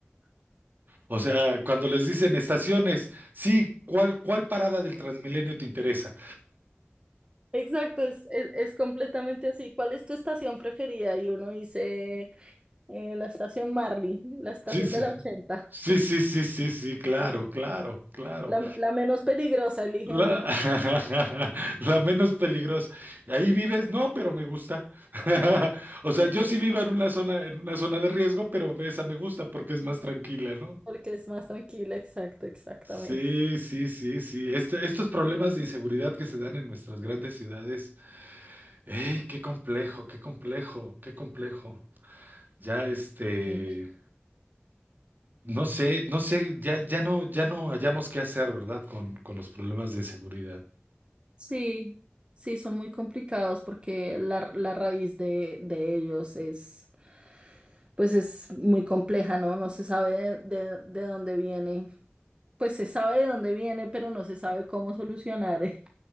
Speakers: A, on the right; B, on the right.
A: O sea, cuando les dicen estaciones, sí, ¿cuál, cuál parada del Transmilenio te interesa?
B: Exacto, es, es, es completamente así. ¿Cuál es tu estación preferida? Y uno dice, eh, la estación Marley, la estación
A: Sí, sí.
B: de la ochenta,
A: Sí, sí, sí, sí, sí, claro, claro, claro.
B: la, la menos peligrosa, elige
A: La,
B: uno.
A: <laughs> la menos peligrosa. Ahí vives, no, pero me gusta. <laughs> O sea,
B: Sí,
A: yo
B: sí,
A: sí vivo en una zona, en una zona de riesgo, pero esa me gusta porque es más tranquila, ¿no?
B: Porque es más tranquila, exacto, exactamente.
A: Sí, sí, sí, sí. Este- estos problemas de inseguridad que se dan en nuestras grandes ciudades. ¡Ey, qué complejo, qué complejo, qué complejo! Ya, este,
B: Sí.
A: no sé, no sé, ya, ya no, ya no hallamos qué hacer, ¿verdad? Con, con los problemas de inseguridad.
B: Sí, sí, son muy complicados porque la, la raíz de, de ellos es, pues es muy compleja, ¿no? No se sabe de, de- de dónde viene, pues se sabe de dónde viene, pero no se sabe cómo solucionar eh,